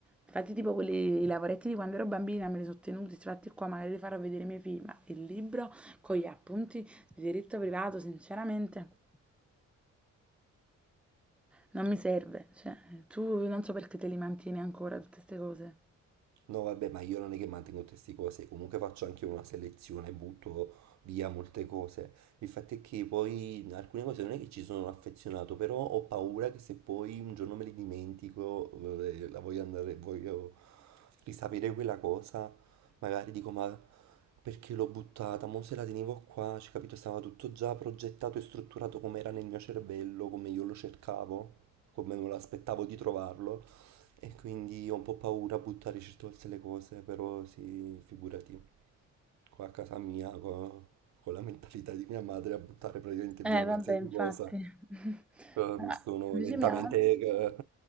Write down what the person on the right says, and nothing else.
No, vabbè, ma io non è che mantengo tutte queste cose, comunque faccio anche una selezione, butto via molte cose. Il fatto è che poi alcune cose non è che ci sono affezionato, però ho paura che se poi un giorno me le dimentico, eh, la voglio andare, voglio risapere quella cosa, magari dico ma perché l'ho buttata, mo se la tenevo qua, cioè, capito, stava tutto già progettato e strutturato come era nel mio cervello, come io lo cercavo, come me lo aspettavo di trovarlo. E quindi ho un po' paura a buttare certe volte le cose, però sì, figurati, qua a casa mia, co- con, la mentalità di mia madre, a buttare praticamente
via qualsiasi
cosa,
eh,
mi sono
lentamente
eh,